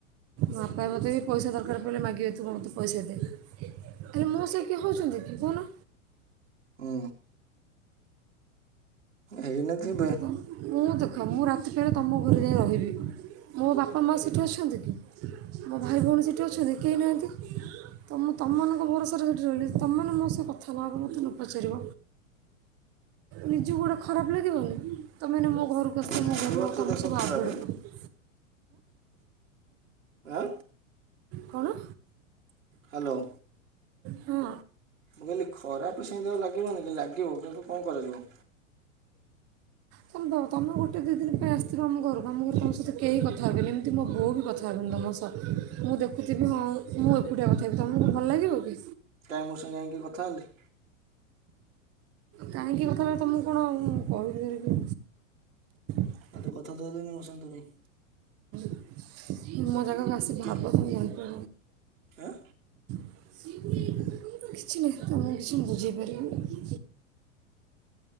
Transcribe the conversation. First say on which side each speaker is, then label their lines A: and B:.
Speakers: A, on the right; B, on the right.
A: ବାପା ମୋତେ ବି ପଇସା ଦରକାର ପଇଲେ ମାଗିବେ ତୁ ମୋତେ ପଇସା ଦେ, ହେଲେ ମୋ ସ କିଏ ହଉଛନ୍ତି କି କହୁନ?
B: ଅଁ, ହେଇ ନଥିବେ।
A: ତ ତମ- ମୁଁ ଦେଖ ମୁଁ ରାତି ପାହିଲେ ତୋମ ଘରେ ଯାଇ ରହିବି। ମୋ ବାପା ମାଆ ସେଠି ଅଛନ୍ତି କି? ମୋ ଭାଇ ଭଉଣୀ ସେଠି ଅଛନ୍ତି କେହି ନାହାନ୍ତି। ତ ମୁଁ ତୋମ ମାନଙ୍କ ଭରସାରେ ସେଠି ରହିଲି ତୋମମାନେ ମୋ ସହ କଥା ନହବ, ମୋତେ ନ ପଚାରିବ। ନିଜକୁ ଗୋଟେ ଖରାପ ଲାଗିବନି। ତୋମେ ଏଇନେ ମୋ ଘରକୁ ଆସିବ
B: ଲାଗିବ
A: ମୋ ଘର ଲୋକ
B: ତ
A: ତୋମକୁ
B: ଦେଖ
A: ସବୁ
B: ଖରାପ
A: ଆଭଏଡ୍ କରି <inaudible>
B: ଆଁ,
A: କଣ?
B: ହାଲୋ।
A: ହଁ।
B: ମୁଁ କହିଲି ଖରାପ ସେମିତି ଆଉ ଲାଗିବନି କି ଲାଗିବ, କିନ୍ତୁ କଣ କରାଯିବ?
A: ତୋମେ ଭାବ ତୋମେ ଗୋଟେ ଦି ଦିନ ପାଇଁ ଆସିଥିବ ଆମ ଘରକୁ, ଆମ ଘରେ ତୋମ ସହିତ କେହି କଥା ହେବେନି। ଏମିତି ମୋ ବୋଉ ବି କଥା ହବନି ତୋମ ସହ ମୁଁ ଦେଖୁଥିବି ହଁ ମୁଁ ଏକୁଟିଆ କଥା ହେବି ତୋମକୁ ଭଲ ଲାଗିବ କି?
B: କାଇଁ ମୋ ସାଙ୍ଗେ କାଇଁ କିଏ କଥା ହେଲେ?
A: କାହିଁକି କଥା <unintelligible> ତୋମକୁ କଣ ମୁଁ କହିବି ଧରି <unintelligible>
B: ଆଉ ତ କଥା ତ ହେଲେନି ମୋ ସହିତ କେହି।
A: <inaudible> ମୋ ଜାଗାକୁ ଆସି ଭାବ
B: କିଏ
A: ତୋମେ ଜାଣି
B: ଆଁ
A: <inaudible> କିଛି ନାହିଁ, ତୋମକୁ କିଛି ମୁଁ ବୁଝେଇ ପାରିବି ନାହିଁ।